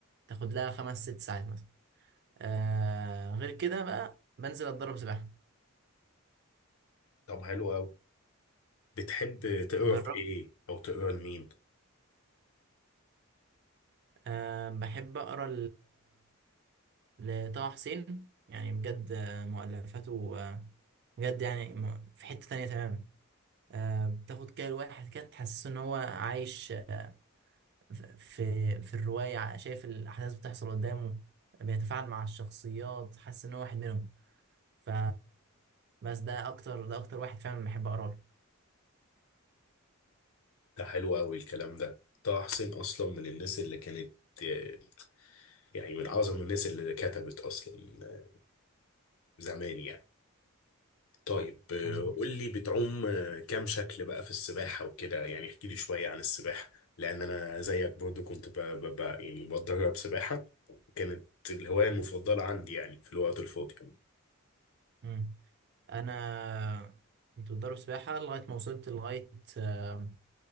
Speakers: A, on the right; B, on the left.
A: تاخد لها خمس ست ساعات مثلا آه، غير كده بقى بنزل اتدرب سباحه
B: طب حلو قوي بتحب تقرا
A: جرب
B: في ايه او تقرا لمين؟
A: أه بحب اقرا لطه حسين يعني بجد آه، مؤلفاته آه، بجد يعني م- في حتة تانية تماما آه، بتاخد كده الواحد كده تحسسه ان هو عايش آه، في في الرواية ع- شايف الأحداث بتحصل قدامه بيتفاعل مع الشخصيات حاسس ان هو واحد منهم ف بس ده اكتر ده اكتر واحد فعلا بحب اقرا له
B: ده حلو قوي الكلام ده طه حسين اصلا من الناس اللي كانت آه، يعني من اعظم الناس اللي كتبت اصلا آه، زمان يعني طيب آه،
A: مظبوط
B: قول لي بتعوم آه، كام شكل بقى في السباحة وكده يعني احكي لي شوية عن السباحة لأن أنا زيك برضو كنت ب... ب... ب... يعني بتدرب سباحة كانت الهواية المفضلة عندي يعني في الوقت الفاضي
A: مم. انا كنت بتدرب سباحة لغاية ما وصلت لغاية آه،